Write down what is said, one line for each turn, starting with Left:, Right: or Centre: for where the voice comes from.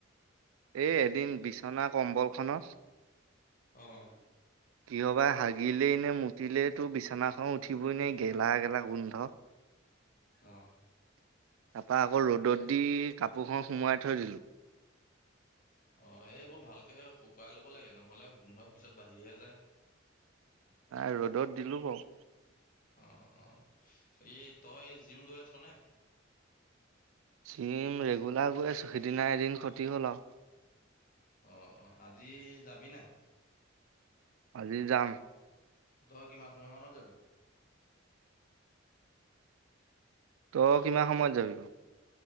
Right: এ-এদিন বিচনাত কম্বল খনচ
Left: অ',
Right: কিয়বা হাগিলেই নে মুতিলেতো বিছনাখন উঠিবই নে গেলা-গেলা গোন্ধ।
Left: অ',
Right: তাৰপা আকৌ ৰ'দত দি কাপোৰখন সুমোৱাই থৈ দিলো।
Left: অ, এ -এইবোৰ ভালকে শুকুৱাই লব লাগে নহলে গোন্ধ পিছত বাঢ়িহে যায়।
Right: নাই ৰ'দত দিলো বাৰো।
Left: অ', অ', এই তই জিম গৈ আছ নে?
Right: জিম ৰেগুলাৰ গৈ আছো সিদিনা এদিন ক্ষতি হ'ল আৰু।
Left: অ', অ', আজি যাবি নাই?
Right: আজি যাম।
Left: তই কিমান সময় মানত যাবি?
Right: তইয় কিমান সময়ত যাবি গ?